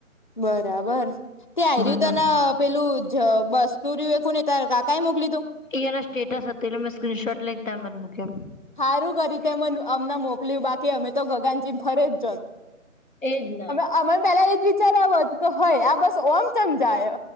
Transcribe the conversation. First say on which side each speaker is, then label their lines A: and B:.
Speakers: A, on the left; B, on the left.
A: બરાબર તે આ
B: બોલો
A: રહ્યું તના પેલું જ બસ્તુરી વેખું ને ત્યારે કઈ મોકલી તું
B: એના સ્ટેટસ હતો એટલે મેં સ્ક્રીનશોટ લખતા મન મુક્યો
A: હારું કરી તે અમને મોકલ્યું બાકી અમે તો ગગનજી ફરે જ
B: એજ ના
A: અમન પેલા એજ વિચાર આવો હત કે હય આ બસ ઓમ સમજાય